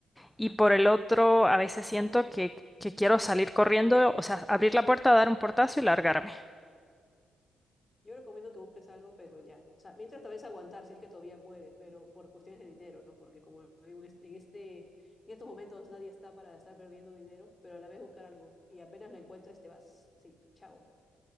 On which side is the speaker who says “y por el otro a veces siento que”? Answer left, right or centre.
Centre